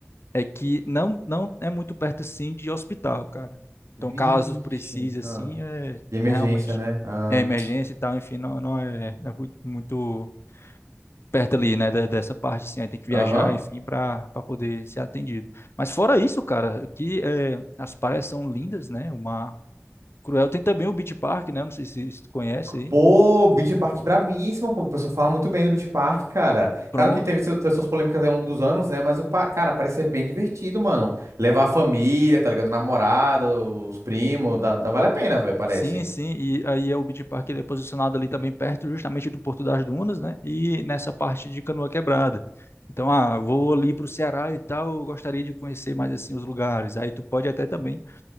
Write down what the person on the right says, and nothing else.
Vixe.
Ah.
De emergência,
né? Ah.
Aham.
Pô, Beach Park brabíssimo, pô. O pessoal fala muito bem do Beach Park, cara.
Claro que teve, seu- teve suas polêmicas aí ao longo dos anos, né? Mas o, pa- cara, parece ser bem divertido, mano. Levar a família, tá ligado? Namorada, os primos, dá, dá- vale a pena, velho, parece.